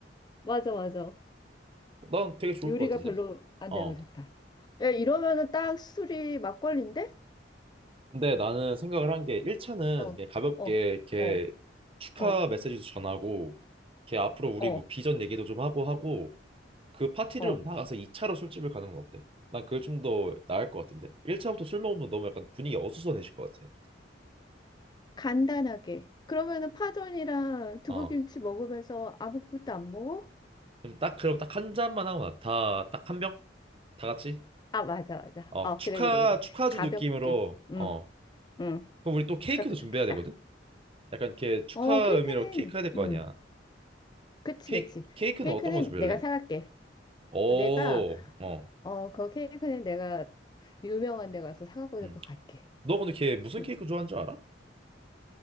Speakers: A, on the left (about 25°); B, on the right (about 30°).
A: 맞아, 맞아.
B: 난 되게 좋을
A: 요리가
B: 것 같은데?
A: 별로 안
B: 어.
A: 되는 거 좋다. 야, 이러면은 딱 술이 막걸리인데?
B: 근데 나는 생각을 한 게 1차는
A: 어.
B: 그냥 가볍게
A: 어.
B: 이렇게
A: 어.
B: 축하
A: 어.
B: 메시지도 전하고, 걔 앞으로 우리
A: 어.
B: 뭐 비전 얘기도 좀 하고 하고, 그 파티룸
A: 어.
B: 나가서 2차로 술집을 가는 건 어때? 난 그게 좀 더 나을 것 같은데. 1차부터 술 먹으면 너무 약간 분위기 어수선해질 것 같아.
A: 간단하게. 그러면은 파전이랑 두부김치
B: 어.
A: 먹으면서 아무것도 안 먹어?
B: 그럼 딱 그럼 딱 한 잔만 하고 다딱 한 병? 다 같이?
A: 아, 맞아, 맞아.
B: 어,
A: 어,
B: 축하
A: 그래, 그래, 그래.
B: 축하주
A: 가볍게.
B: 느낌으로
A: 응,
B: 어.
A: 응.
B: 그럼 우리 또 케이크도
A: 그것도
B: 준비해야
A: 좋겠다.
B: 되거든. 약간 이렇게 축하
A: 어, 케이크는,
B: 의미로 케이크 해야 될 거
A: 응.
B: 아니야.
A: 그치,
B: 케이크
A: 그치.
B: 케이크는
A: 케이크는
B: 어떤 거 준비할래?
A: 내가 사갈게.
B: 오.
A: 내가,
B: 어.
A: 어, 그 케이크는 내가 유명한 데 가서 사갖고
B: 응.
A: 될것 갈게.
B: 너 근데 걔 무슨
A: 응.
B: 케이크 좋아하는 줄 알아?